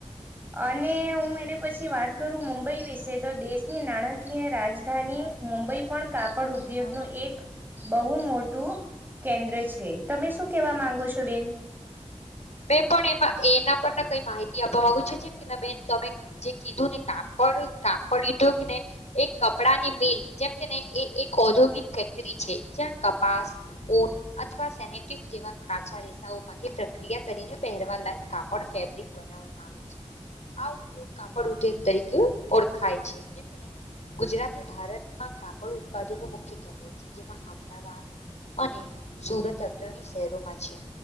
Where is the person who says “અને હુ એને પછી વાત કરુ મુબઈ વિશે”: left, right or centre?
Right